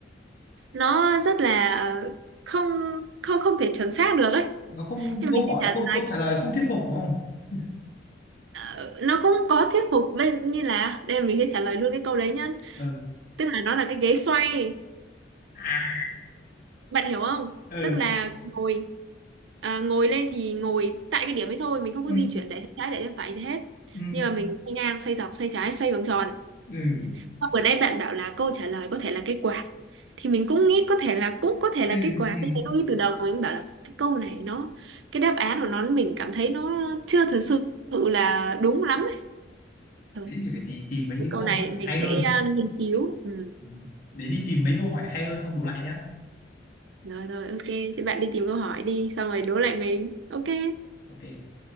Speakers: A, on the right (about 75°); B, on the left (about 50°).
A: nó rất là ờ, không không không thể chuẩn xác được ấy
B: nó không
A: nên
B: câu
A: mình
B: hỏi
A: sẽ trả
B: câu
A: lời
B: câu trả lời không thuyết phục đúng không <laughs>
A: ờ, nó cũng có thuyết phục bên như là đây mình sẽ trả lời luôn cái câu đấy nhá
B: ừ
A: tức là nó là cái ghế xoay
B: à
A: bạn hiểu không
B: ừ
A: tức là ngồi à, ngồi lên thì ngồi tại cái điểm ấy thôi mình không có
B: ừ
A: di chuyển để sang trái để sang phải gì hết
B: ừ
A: nhưng mà mình xoay ngang xoay dọc xoay trái xoay vòng tròn
B: ừ
A: Xong ở đây bạn bảo là câu trả lời có thể là cái quạt thì mình cũng nghĩ có thể là cũng có thể
B: ừ
A: là cái quạt
B: ừ.
A: nên nó ngay từ đầu mình bảo là cái câu này nó cái đáp án của nó mình cảm thấy nó chưa thực sự là đúng lắm ấy. Thôi
B: thế thì phải tì- tìm mấy
A: cái
B: những
A: câu
B: câu
A: này
B: hỏi
A: mình
B: hay
A: sẽ
B: hơn
A: à, nghiên cứu ừ.
B: Ừ. để đi tìm mấy câu hỏi hay hơn xong đố lại nhá
A: rồi rồi ok thì bạn đi tìm câu hỏi đi xong rồi đố lại mình ok
B: ok